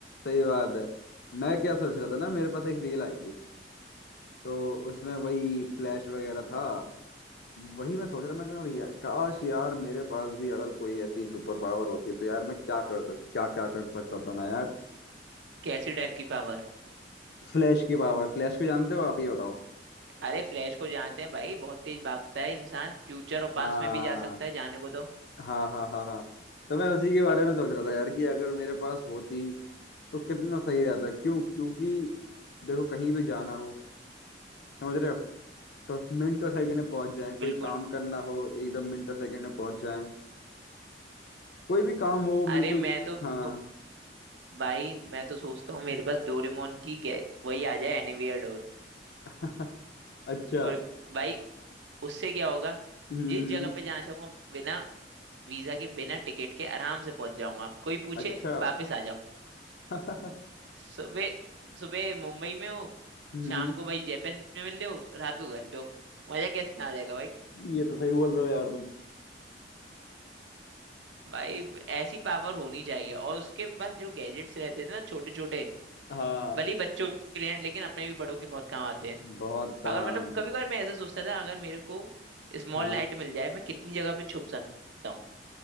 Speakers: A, on the left (about 60°); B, on the right (about 80°).
A: सही बात है मैं क्या सोच रहा था ना मेरे पास एक रील आई थी तो उसमें वही फ्लैश वगैरह था वही मैं सोच रहा मैं कहा यार काश यार मेरे पास भी अगर कोई ऐसी सुपर पावर होती तो यार मैं क्या कर क्या क्या कर सकता था ना यार
B: कैसी टाइप की पावर
A: फ्लैश की पावर फ्लैश को जानते हो आप ये बताओ
B: अरे फ्लैश को जानते हैं भाई बहुत तेज भागता है इंसान फ्यूचर और पास्ट
A: हाँ
B: में भी जा सकता है जाने को तो
A: हाँ हाँ हाँ हाँ तो मैं उसी के बारे में सोच रहा था यार कि अगर मेरे पास होती तो कितना सही रहता क्यों क्योंकि देखो कहीं भी जाना हो समझ रहे हो तो मिनटों सेकंड में पहुंच जाएं कोई
B: बिल्कुल
A: काम करना हो एकदम मिनटों सेकंड में पहुंच जाएं कोई भी काम हो
B: अरे
A: बिल्कुल
B: मैं तो,
A: हाँ
B: तो भाई मैं तो सोचता हूँ मेरे पास डोरेमोन की गे- वही आ जाए एनीवेयर डोर
A: <laughs> अच्छा
B: डोर भाई उससे क्या होगा
A: हम्म
B: जिस
A: हम्म,
B: जगह पे जाना चाहूंगा बिना वीजा के बिना टिकट के आराम से पहुंच जाऊंगा कोई पूछे
A: अच्छा
B: वापस आ जाओ
A: <laughs>
B: सुबह सुबह मुंबई में हो
A: हम्म
B: शाम को भाई जापान में मिल रहे हो रात को घर पे हो मजा कैसे ना आ जाएगा भाई
A: ये तो सही बोल रहे हो यार तुम
B: भाई ऐसी पावर होनी चाहिए और उसके पास जो गैजेट्स रहते थे ना छोटे छोटे
A: हाँ
B: भले ही बच्चों के लिए हैं लेकिन अपने भी बड़ों के बहुत काम आते हैं
A: बहुत काम
B: अगर मतलब कभी कभार मैं ऐसा सोचता था अगर मेरे को स्मॉल
A: हाँ
B: लाइट मिल जाए मैं कितनी जगह पे छुप सकता हूँ